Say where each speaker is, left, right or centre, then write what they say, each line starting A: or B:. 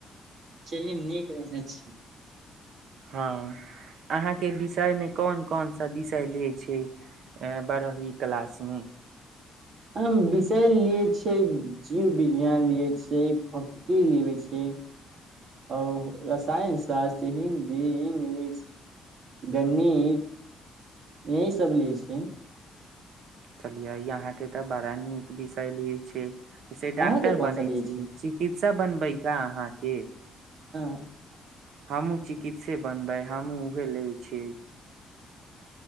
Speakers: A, on the right; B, on the right.
A: चलि नीक रहने छीिय
B: हँ अहाँके विषयमे कोन कोन सा विषय लैत छै अ बारहवी क्लासमे
A: आ विषय लिै छिय जीवविज्ञान लियै छियै भौतिकी लै छै आओर रसायन शास्त्र हिन्दी इंग्लिश गणित यहीसभ लै छै
B: चलिये यहााँ के तऽ बड़ा नीक विषय ले छै जसे डॉक्टर
A: अहाँके कोन
B: बनै
A: सा लिये
B: छी चिकित्सा बनबै का अहाँके
A: <inaudible>
B: हमूँ चिकित्से बनबै हमहहुँ उह लै छियै